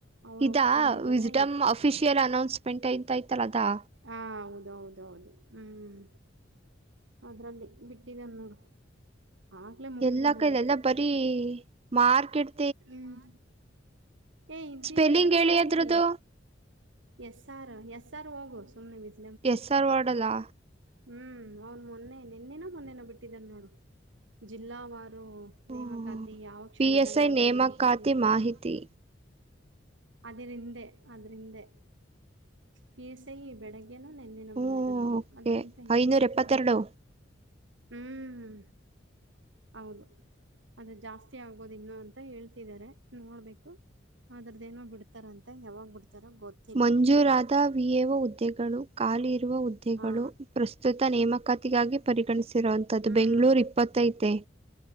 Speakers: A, on the right; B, on the right.
A: ಅವರು
B: ಇದಾ
A: ಒಪ್ಕೊಂಡಿದ್ದಾರೆ
B: ವಿಸ್ಡಮ್ ಅಫಿಷಿಯಲ್ ಅನೌನ್ಸ್ಮೆಂಟ್ ಅಂತ ಐತಲ್ಲ ಅದಾ
A: ಹಾ ಹೌದೌದು ಅ ಹೌದು ಹ್ಮ್ ಅದ್ರಲ್ಲಿ ಬಿಟ್ಟಿದ್ದನೆ ನೋಡು ಆಗಲೇ ಮೂರು
B: ಎಲ್ಲಾ
A: ದಿನ
B: ಕೈಲ್ಲ
A: ಆಯಿತು
B: ಎಲ್ಲ ಬರಿ ಮಾರ್ಕೆಟ್
A: ಹ್ಮ ಏ ಇದ
B: ಸ್ಪೆಲ್ಲಿಂಗ್
A: ಇತ್ತ ನೋಡ್
B: ಹೇಳಿ
A: ಹೋಗ್ಲಿ
B: ಅದ್ರದ್ದು
A: ಎಸ್ ಆರ್ ಎಸ್ ಆರ್ ಹೋಗು ಸುಮ್ನೆ ಮ
B: ಎಸ್ ಆರ್ ವಾರ್ಡಲ್ಲಾ
A: ಹ್ಮ್ ಅವ್ನ್ ಮೊನ್ನೆ ನಿನ್ನೆನ ಮೊನ್ನೆನ ಬಿಟ್ಟಿದ್ದನ್ ನೋಡು ಜಿಲ್ಲಾವಾರು
B: ಹ್ಮ
A: ನೇಮಕಾತಿ ಯಾವ ಕ್ಷಣದಲ್ಲಾದ್ರು
B: ಪಿ ಎಸ್ ಐ
A: ನೇಮಕಾತಿ
B: ಮಾಹಿತಿ
A: ನಾ ಅದರಿದೆ ಅದ್ರಿಂದೆ ಪಸಹ ಬೆಳಗ್ಗೆ ಏನೋ ನೆನ್ನೆನ
B: ಹ್ಮ್
A: ಬಂದಿರೋದದು
B: ಓಕೆ
A: ಅದಕ್ಕಿಂತ ಹಿಂದೆಮ
B: ಐನೂರ ಎಪ್ಪತ್ತೆರಡು
A: ಹ್ಮ್ ಹೌದು ಅದು ಜಾಸ್ತಿ ಆಗೋದ ಇನ್ನು ಅಂತ ಹೇಳ್ತಿದ್ದಾರೆ ನೋಡ್ಬೇಕು ಅದ್ರದ್ದ ಏನೋ ಬಿಡ್ತಾರ ಅಂತೆ ಯಾವಾಗ್ ಬಿಡ್ತಾರ ಗೊತ್ತ
B: ಮಂಜೂರಾದ ವಿಯವ ಹುದ್ದೆಗಳು ಖಾಲಿ ಇರುವ ಹುದ್ದೆಗಳು
A: ಹಾ
B: ಪ್ರಸ್ತ ಸತ ನೇಮಕಾತಿಗಾಗಿ ಪರಿಗಣಿಸಿರುವಂತಥದ್ದು
A: ಹ್ಮ್
B: ಬೆಂಗಳೂರು ಇಪ್ಪತ್ತೈತೆ